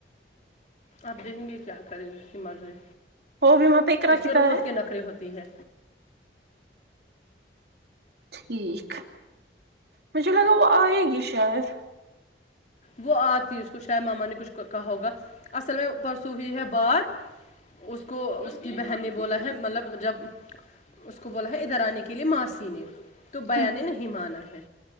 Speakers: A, on the left; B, on the right.
A: آپ دیکھیں گے کیا کریں گے اس کی مرضی
B: وہ بھی مت اقرا
A: اس
B: کی
A: کے روز
B: طرح ہے
A: کے نخری ہوتی ہے
B: ٹھیک مجھے لگا وہ آئے گی شاید
A: وہ آتی اس کو شاید ماما نے کچھ کہا ہوگا اصل میں پرسوں ہوئی ہے بات اس کو اس کی بہن نے بولا ہے مطلب جب اس کو بولا ہے ادھر آنے کے لیے ماسی نے تو بیا
B: ہوں
A: نے نہیں مانا ہے